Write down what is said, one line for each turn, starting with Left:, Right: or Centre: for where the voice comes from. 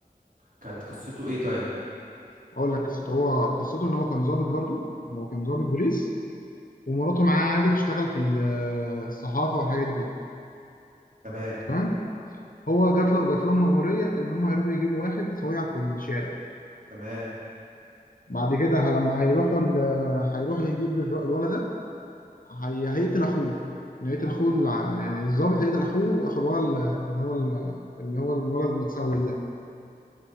Right: كانت قصته ايه طيب
Left: اقول لك قصته هو قصته ان هو كان ضابط برضو هو كان ضابط بوليس ومراته معاه عادي بتشتغل في ال- الصحافه والحاجات دي
Right: تمام
Left: تمام هو جات له جات لهم مأموريه ان هم يروحوا يجيبوا واحد صويع في الشارع
Right: تمام
Left: بعد كده لما هيروحوا ال- هيروحوا يجيب الر- الولد ده هي هيقتل اخوه يعني هيقتل اخوه الع- يعني الظابط هيقتل اخوه اخو الولد ال- اللي هو ال- اللي هو الولد المتسول ده